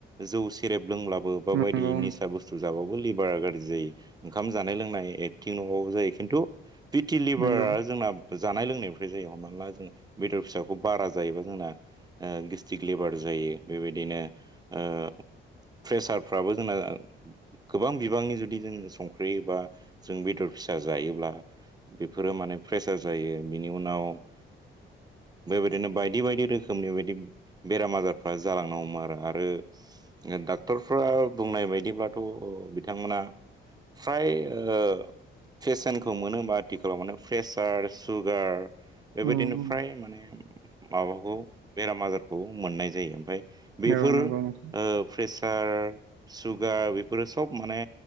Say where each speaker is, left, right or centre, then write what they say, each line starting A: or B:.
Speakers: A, on the right (about 20°); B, on the right (about 80°).
A: जौ सेरेब लोंलाबो बाबायदि
B: नंगौ
A: निसा बुस्थु जाबबो लिभारा गाज्रि जायो जानाय लोंनाय एथिं नङाबो जायो खिन्थु बिटि लिभारा
B: नंगौ
A: जोंना जानाय लोंनायनिनायनिफ्राय जायो हमनानै मोनला जोङो बेदर फिसाखौ बारा जायोबा जोंना गेस्टिक लेबार जायो बेबायदिनो ओ प्रेसारफ्राबो जोंना गोबां बिबांनि जुदि जोङो संख्रि बा जों बेदर फिसा जायोब्ला बेफोरो माने प्रेसार जायो बिनि उनाव ओ बेबायदिनो बायदि बायदि रोखोमनि बदि बेराम आजारफ्रा जालांनांगौ हमो आरो। आरो डाक्टरफ्रा बुंनाय बायदिब्लाथ बिथांमोना फ्राय ओ फेशनखौ मोनो होनबा आथिखालाव माने प्रेसार सुगार । बेबायदिनो
B: उम उम
A: फ्राय माने माबाखौ बेराम आजारखौ मोननाय जायो ओमफाय बेफोर
B: औ नंगौ नोंथां
A: ओ प्रेसार सुगार बेफोरो सब माने